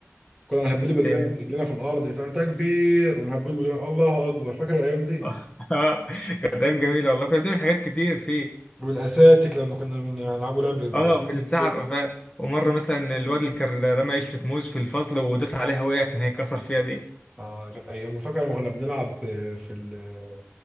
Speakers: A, in the centre; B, on the left (about 25°).
A: كنا نهبده برجلنا
B: اه
A: برجلنا في الارض تكبير ونهبده برجلنا الله اكبر فاكر الايام دي
B: <laughs> آه، كانت ايام جميله والله كنا بنعمل حاجات كتير فيه
A: والاساتيك لما كنا بنلعبوا لعبه بالاساتيك
B: اه بالساعه
A: كده
B: ف... ومره مثلا الواد اللي كان رمى قشره موز في الفصل وداس عليها وقع كان هيكسر فيها دي
A: اه كانت ايام وفاكر لما كنا بنلعب آه، في ال-